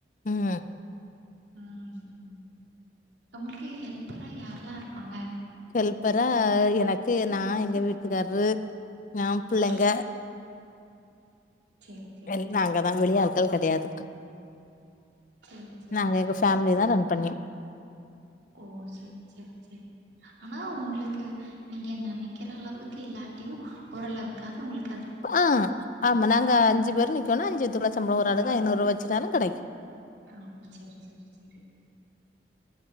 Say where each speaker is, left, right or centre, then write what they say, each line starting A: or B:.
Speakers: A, on the left; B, on the right.
A: ம்
B: ம் உங்ளுக்கு ஹெல்ப்பரா யார்ல்லா இருப்பாங்க
A: ஹெல்ப்பரா எனக்கு நா எங்க வீட்டுக்கார்ரு நா பிள்ளங்க
B: ஆ சேரி சேரி
A: எல்னாங்கத்
B: சேரி
A: நாங்க வெளி ஆள்கள் கெடையாது
B: சேரி சேரி
A: நாங்க
B: சேரி
A: எங்க ஃபேமிலி தா ரன் பண்ணிய
B: ஓ செர் செர் செரி ஆனா உங்களுக்கு நீங்க நெனைக்கிற அளவுக் இல்லாட்டியு ஓரளவுக்காது உங்ளுக்
A: அ ஆம்ம நாங்க அஞ்சு பேர் நிக்கோனா அஞ்சுத்துக்குள்ள சம்பளொ ஒரு ஆளுக்கு ஐநூறுூபா வச்சுட்டாலு கெடைக்கு
B: ஆ சேர் சேர் சேரி